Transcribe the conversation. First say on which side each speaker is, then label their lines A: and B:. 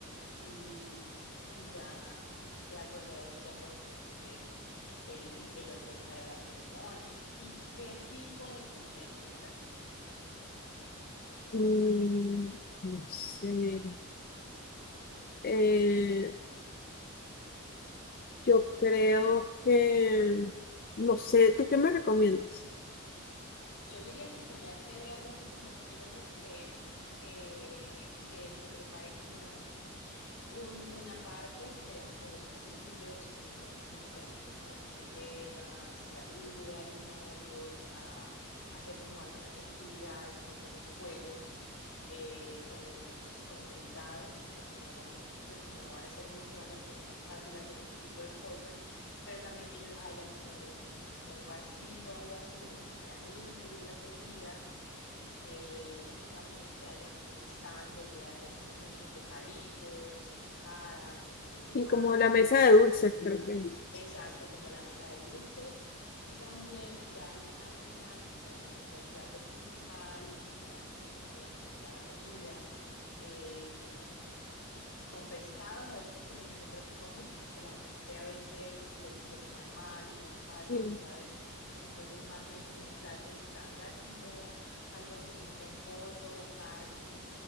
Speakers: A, on the left (about 75°); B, on the left (about 45°).
A: y, y ya de acuerdo a eso ya podemos escoger el, el hotel para la ceremonia. ¿Y qué tipo de comida les gustaría?
B: Mm, no sé. Eh, yo creo que, no sé, ¿tú qué me recomiendas?
A: Yo diría que sería chévere algo así como estilo buffet, que, que se prepare como un- una parte que serían como bocadillos, entonces ah, inicialmente como la gente llega, saluda a los novios, a, hacer como algunas actividades, como algunos juegos eh, con los, con los invitados, porque no, pues como no van a hacer mucho, va a ser como más fácil hacer ese tipo de cosas, pero también que ellos haya como un, como un barcito, algo así, donde ellos puedan ir y pedir las bebidas eh, y también que haya como un stand donde haya como muchos bocadillos, eh, picadas, entonces ellos
B: Y
A: van,
B: como la mesa
A: tienen también
B: de dulces,
A: su bebida.
B: creo que es.
A: Exacto, como la mesa de dulces y también ya al, al final como, como el plato principal con que sería como ya la comida. em, con pescados, a veces que me, me preocupa mucho porque la gente a veces le- les cae mal, no es fácil,
B: Sí,
A: tú sabes. Entonces, más bien como un plato estándar, como algo así como con pollo o carne,